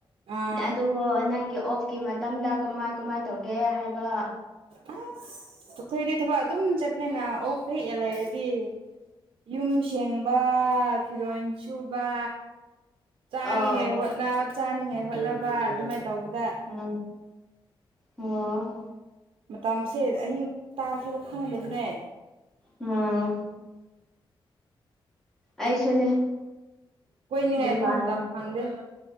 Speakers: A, on the right; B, in the centre.
A: ꯑꯥ
B: ꯑꯗꯨ ꯅꯪꯒꯤ ꯑꯣꯐꯀꯤ ꯃꯇꯝꯗ ꯀꯃꯥꯏ ꯀꯃꯥꯏ ꯇꯧꯒꯦ ꯍꯥꯏꯕ
A: ꯑꯁ ꯑꯩꯈꯣꯏꯗꯤ ꯊꯕꯛ ꯑꯗꯨꯝ ꯆꯞꯅꯤꯅ ꯑꯣ ꯐ ꯍꯦꯛꯌꯦ ꯂꯩꯔꯗꯤ ꯌꯨꯝ ꯁꯦꯡꯕ ꯐꯤꯔꯣꯟ ꯁꯨꯕ ꯆꯥꯅꯤꯉꯥꯏ
B: ꯑꯥꯎ
A: ꯍꯣꯠꯅ ꯆꯥꯅꯤꯉꯥꯏ ꯍꯣꯠꯅꯕ ꯑꯗꯨꯃꯥꯏꯅ ꯇꯧꯕꯗ
B: ꯎꯝ ꯑꯣ
A: ꯃꯇꯝꯁꯦ ꯑꯍꯤꯡ ꯇꯥꯈꯤꯕ ꯈꯪꯗꯕꯅꯦ
B: ꯎꯝ ꯑꯩꯁꯨꯅꯦ
A: ꯀꯣꯏꯅꯤꯉꯥꯏꯐꯥꯎ
B: ꯅꯨꯡꯉꯥꯏ
A: ꯃꯇꯝ ꯐꯪꯗꯦ